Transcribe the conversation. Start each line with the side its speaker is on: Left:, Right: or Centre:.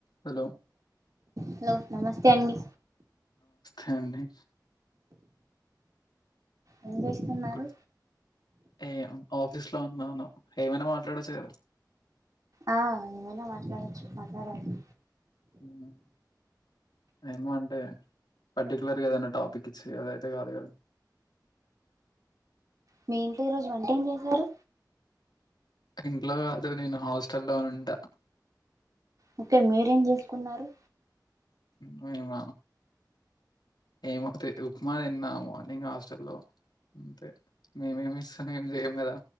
Left: Hello
Right: hello నమస్తే అండి
Left: ఎవండి
Right: ఏం చేస్తున్నారు
Left: గు ఏ ఆఫీస్ లో ఉన్నాను ఏమైనా మాట్లాడొచ్చు కద
Right: ఆ ఎమైన మాట్లాడొచ్చు మాట్లాడండి
Left: మ్మ్ ఏమో అంటే పర్టిక్యులర్గ ఏదనా టాపిక్ ఇచ్చి అదైతే కాదు కదా
Right: మీ ఇంట్లో ఈ రోజు వంట ఏం చేశారు
Left: ఇంట్లో కాదు నేను హాస్టల్లో ఉంటా
Right: అయితే మీరేం చేసుకున్నారు
Left: మేమ ఏమో తెరు ఉప్మా తిన్న మార్నింగ్ హాస్టల్లో అంతే మేమేమి ఇస్తనే ఏం చేయం కదా